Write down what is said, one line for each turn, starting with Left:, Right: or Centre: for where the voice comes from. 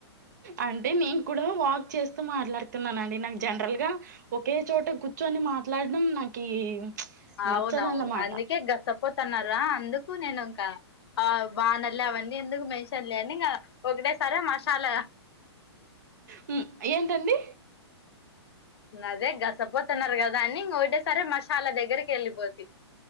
Right: అంటే నేను కూడా వాక్ చేస్ చి చేస్తూ మాట్లాడుతున్ననండి నాకు జన్రల్గా ఒకే చోట కూర్చొని మాట్లాడడం నాకి
Left: అవునవును
Right: నచ్చదన్నమాట
Left: అందుకే గసపోతన్నారా అందుకు నేను ఇంకా ఆ బానర్లీ అవన్నీ ఎందుకు మెన్షన్ లే అని ఇంకా ఒకటేసారే మషాలా
Right: హ్మ్ ఏంటండి
Left: అదే గసపోతున్నారు కదా అని ఇంగ ఒకటే సారి సారి మాషాలా దగ్గరికి వెళ్ళిపోతీ